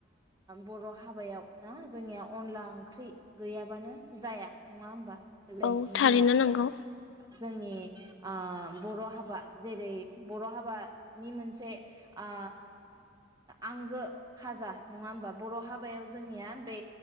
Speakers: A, on the right (about 20°); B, on the left (about 65°).
A: बर' हाबायाव ना जोंनिया अनला ओंख्रि गैयाबानो जाया नङा होमबा? देग्लायनि
B: औ थारैनो
A: दिनाव
B: नांगौ
A: जोंनि ओ बर' हाबा जेरै बर' हाबानि मोनसे ओ आंगो खाजा नङा होमबा बर' हाबायाव जोंनिया बे